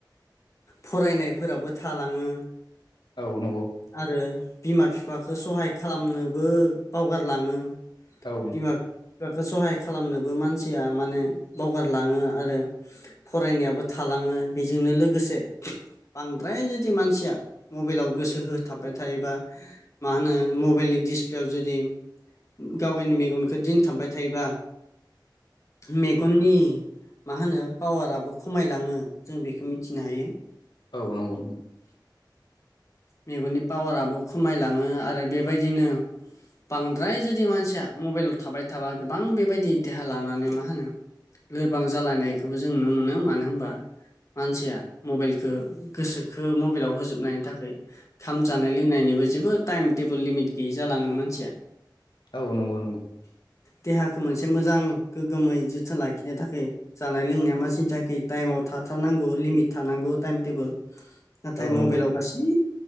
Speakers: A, on the left (about 40°); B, on the left (about 75°).
A: फरायनायफोराबो थालाङो।
B: औ नंगौ
A: आरो बिमा बिफाखौ सहाय खालामनोबो बावगारलाङो।
B: औ
A: बिमा बिफाखौ सहाय खालामनोबो मानसिया माने बावगारलाङो आरो। आरो फरायनायाबो थालाङो बेजोंनो लोगोसे बांद्राय जुदि मानसिया मबाइलाव गोसो होथाबबाय थायो बा मा होनो मबाइलनि दिडिसप्लेयाव जुदि गाव गावनि मेगनखौ दिन थांबाय थायोबा मेगननि मा होनो पावाराबो खमायलाङो जों बेखौ मिथिनो हायो।
B: औ नंगौ नंगौ
A: मेगननि पावाराबो खमायलाङो आरो बेबायदिनो बांद्राय जुदि मानसिया मबाइलाव थाबाय थाबा गोबां बेबायदि देहा लानानै मा होनो? लोरबां जालायनायखौबो जों नुनो मोनो मानो होनबा मानसिया मबाइलखौ गोसोखो मबाइलाव होजोबनायनि थाखाय ओंखाम जानाय लोंनायनिबो जेबो टाइम टेबोल लिमिट गैयै जालाङो मानसिया।
B: औ नंगौ नंगौ
A: देहाखौ मोनसे मोजां गोग्गोमै जोथोन लाखिनो थाखाय जानाय लोंनाया मानसिनि थाखाय टाइमाव थाथारनांगौ लिमिट थानांगौ टाइम टेबोल नाथाय
B: औ
A: मबाइलाव
B: नंगौ औ नंगौ
A: गासै